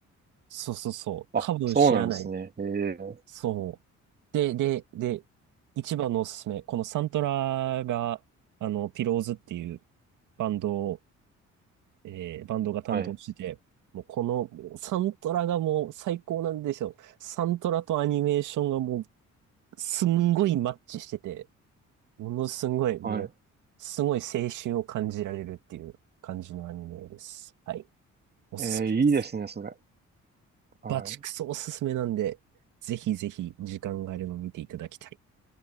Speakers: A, on the right; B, on the right.
A: そうそうそう。
B: あ、
A: 多分知らない。
B: そうなんですね。ええ、
A: そう。で、で、で、一番のおすすめ。このサントラが、あの、ピローズっていうバンドを、えーバンドが担当してて、
B: はい、
A: もうこのサントラがもう最高なんですよ。サントラとアニメーションがもうすんごいマッチしてて、ものすごいもう、
B: はい。
A: すごい青春を感じられるっていう感じのアニメです。はい。おすすめです。
B: ええ、いいですね、それ。はい、
A: バチクソおすすめなんで、ぜひぜひ時間があれば見ていただきたい。